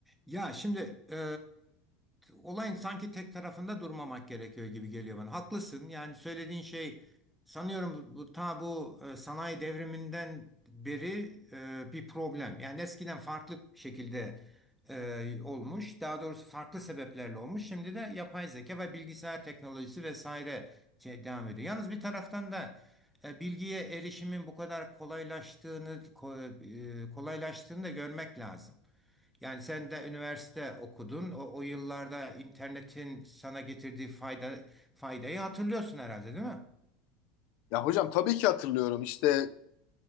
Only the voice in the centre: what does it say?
Ya şimdi e, olayın sanki tek tarafında durmamak gerekiyor gibi geliyor bana. Haklısın. Yani söylediğin şey sanıyorum bu, ta bu e, sanayi devriminden beri e, bir problem. Yani eskiden farklı şekilde e, olmuş. Daha doğrusu farklı sebeplerle olmuş. Şimdi de yapay zeka ve bilgisayar teknolojisi vesaire şey devam ediyor. Yalnız bir taraftan da e, bilgiye erişimin bu kadar kolaylaştığını ko- e, kolaylaştığını da görmek lazım. Yani sen de üniversite okudun. O, o yıllarda internetin sana getirdiği fayda faydayı hatırlıyorsun herhalde, değil mi?